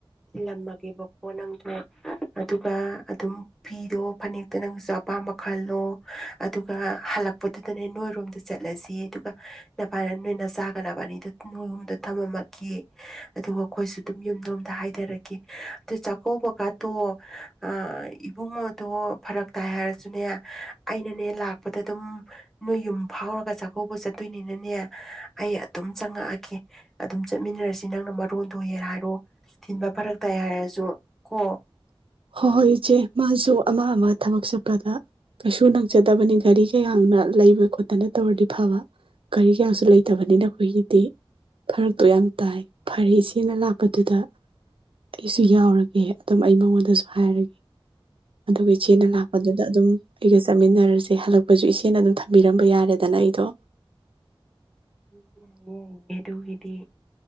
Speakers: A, in the centre; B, on the right (about 70°).
A: ꯊꯤꯜꯂꯝꯃꯒꯦꯕꯀꯣ ꯅꯪꯗꯣ ꯑꯗꯨꯒ ꯑꯗꯨꯝ ꯐꯤꯗꯣ ꯐꯅꯦꯛꯇ ꯅꯪꯒꯤꯁꯨ ꯑꯄꯥꯝꯕ ꯈꯜꯂꯣ ꯑꯗꯨꯒ ꯍꯜꯂꯛꯄꯗꯨꯗꯅꯦ ꯅꯣꯏꯔꯣꯝꯗ ꯆꯠꯂꯁꯤ ꯑꯗꯨꯒ ꯅꯚꯥꯏꯅ ꯅꯣꯏ ꯅꯆꯥꯒ ꯅꯕꯅꯤꯗꯨ ꯅꯣꯏꯌꯨꯝꯗ ꯊꯝꯃꯝꯃꯒꯦ ꯑꯗꯨꯒ ꯑꯩꯈꯣꯏꯁꯨ ꯑꯗꯨꯝ ꯌꯨꯝ ꯌꯣꯝꯗ ꯍꯥꯏꯊꯔꯒꯦ ꯑꯗꯨ ꯆꯥꯛꯀꯧꯕ ꯀꯥꯠꯇꯣ ꯑꯥ ꯏꯕꯨꯡꯉꯣꯗꯣ ꯐꯔꯛ ꯇꯥꯏ ꯍꯥꯏꯔꯁꯨꯅꯦ ꯑꯩꯅꯅꯦ ꯂꯥꯛꯄꯗ ꯑꯗꯨꯝ ꯅꯣꯏ ꯌꯨꯝ ꯐꯥꯎꯔꯒ ꯆꯥꯛꯀꯧꯕ ꯆꯠ ꯇꯨꯅꯤꯅꯅꯦ ꯑꯩ ꯑꯗꯨꯝ ꯆꯪꯉꯛꯑꯒꯦ ꯑꯗꯨꯝ ꯆꯠꯃꯤꯟꯅꯔꯁꯤ ꯅꯪꯅ ꯃꯔꯣꯟꯗꯣ ꯍꯦꯛ ꯍꯥꯏꯔꯛꯑꯣ ꯊꯤꯟꯕ ꯐꯔꯛ ꯇꯥꯏ ꯍꯥꯏꯔꯁꯨ ꯀꯣ
B: ꯍꯣꯏ ꯍꯣꯏ ꯏꯆꯦ ꯃꯥꯁꯨ ꯑꯃ ꯑꯃ ꯊꯕꯛ ꯆꯠꯄꯗ ꯀꯩꯁꯨ ꯅꯪꯖꯗꯕꯅꯤ ꯒꯥꯔꯤ ꯀꯌꯥꯅ ꯂꯩꯕ ꯈꯣꯠꯇꯅ ꯇꯧꯔꯗꯤ ꯐꯕ ꯒꯥꯔꯤ ꯀꯌꯥꯁꯨ ꯂꯩꯇꯕꯅꯤꯅ ꯑꯩꯈꯣꯏꯒꯤꯗꯤ ꯐꯔꯛꯇꯣ ꯌꯥꯝ ꯇꯥꯏ ꯐꯔꯦ ꯏꯆꯦ ꯅꯪꯅ ꯂꯥꯛꯄꯗꯨꯗ ꯑꯩꯁꯨ ꯌꯥꯎꯔꯒꯦ ꯑꯗꯨꯝ ꯑꯩ ꯃꯉꯣꯟꯗꯁꯨ ꯍꯥꯏꯔꯒꯦ ꯑꯗꯨꯒ ꯏꯆꯦꯅ ꯂꯥꯛꯄꯗꯨꯗ ꯑꯗꯨꯝ ꯑꯩꯒ ꯆꯠꯃꯤꯟꯅꯔꯁꯤ ꯁꯦ ꯍꯜꯂꯛꯄꯁꯨ ꯏꯆꯦꯅ ꯑꯗꯨꯝ ꯊꯝꯕꯤꯔꯝꯕ ꯌꯥꯔꯦꯗꯅ ꯑꯩꯗꯣ
A: ꯌꯥꯌꯦ ꯌꯥꯏ ꯑꯗꯨꯒꯤꯗꯤ